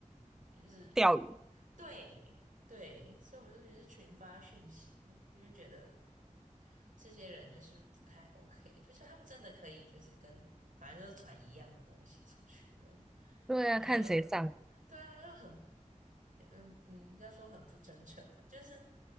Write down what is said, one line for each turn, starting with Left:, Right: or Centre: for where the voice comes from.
Right: 就是
Centre: 钓鱼，
Right: 对对，所以我就说你是群发讯息嘛，我就觉得。这些人就是不太 OK，就是他们真的可以就是跟反正就是传一样的东西出去，就感
Centre: 对啊，
Right: 觉很
Centre: 看谁上，
Right: 对啊，就很嗯嗯，要说很不真诚嘛，就是